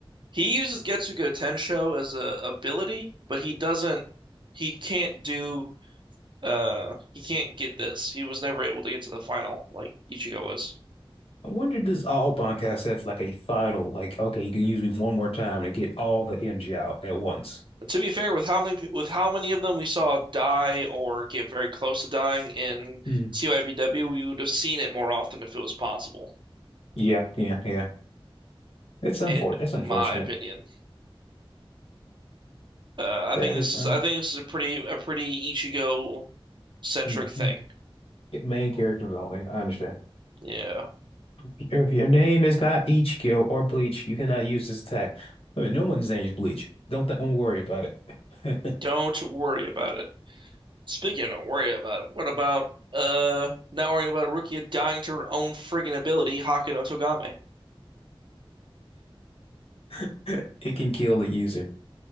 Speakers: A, on the right (about 55°); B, on the left (about 85°).
A: He uses Getsuga Tensho as a ability, but he doesn't he can't do uh he can't get this. He was never able to get to the final like Ichigo was.
B: I wonder, does all podcasts have like a final, like, okay, you can use me one more time and get all the energy out at once?
A: But To be fair, with how many with how many of them we saw die or get very close to dying in
B: Hmm.
A: TYBW, we would have seen it more often if it was possible,
B: Yeah, yeah, yeah. It's unfortunate.
A: in
B: That's unfortunate.
A: my opinion. Uh, I
B: That
A: think this
B: is un.
A: is I think this is a pretty a pretty Ichigo centric
B: Mm-hmm.
A: thing.
B: Main characters only. I understand.
A: Yeah.
B: If your name is not Ichigo or Bleach, you cannot use this attack. Wait, no one's name is Bleach. Don't th- don't worry about it.
A: Don't worry about it. Speaking of don't worry about it, what about uh not worrying about Rukia dying to her own friggin' ability, Haka no Togame?
B: <laughs> It can kill the user.